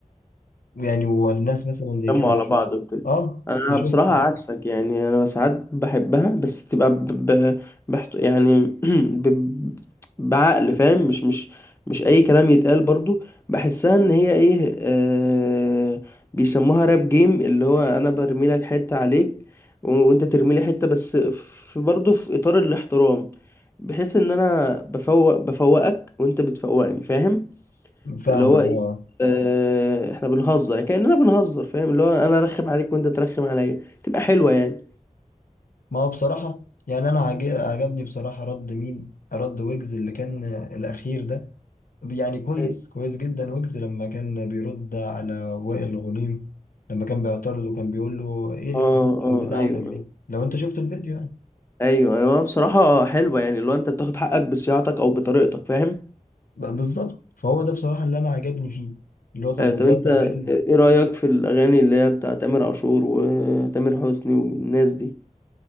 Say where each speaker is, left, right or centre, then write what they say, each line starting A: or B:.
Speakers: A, on the left; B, on the left.
A: يعني والناس مثلا زي
B: جمعوا
A: كده
B: على
A: تشوف
B: بعض وكده
A: اه
B: انا
A: تشوفكوا
B: بصراحه عكسك يعني انا ساعات بحبها بس تبقى ب... ب... بحت... يعني <clears throat> ب... بعقل فاهم مش مش مش اي كلام يتقال برضو بحسها ان هي ايه آه... بيسموها راب جيم اللي هو انا برمي لك حته عليك و... وانت ترمي لي حته بس في برضو في اطار الاحترام بحيث ان انا بفوق بفوقك وانت بتفوقني فاهم
A: فاهمك
B: اللي هو ايه
A: اه
B: آه، احنا بنهزر كأننا بنهزر فاهم اللي هو انا ارخم عليك وانت ترخم عليا تبقى حلوة يعني
A: ما هو بصراحة يعني أنا عج- عجبني بصراحة رد مين رد ويجز اللي كان الأخير ده يعني كويس
B: أيوة.
A: كويس جدا ويجز لما كان بيرد على وائل غنيم لما كان بيعترض وكان بيقول له إيه الفلوس
B: اه اه
A: بتاعتك
B: ايوه
A: دي لو أنت شفت الفيديو يعني
B: ايوه ايوه بصراحة حلوة يعني اللي هو انت بتاخد حقك بصياعتك او بطريقتك فاهم
A: ب- بالظبط فهو ده بصراحة اللي أنا عجبني فيه اللي هو طب
B: آه،
A: والله
B: طب انت
A: طب حلو
B: ايه رأيك في الاغاني اللي هي بتاعت تامر عاشور وتامر حسني والناس دي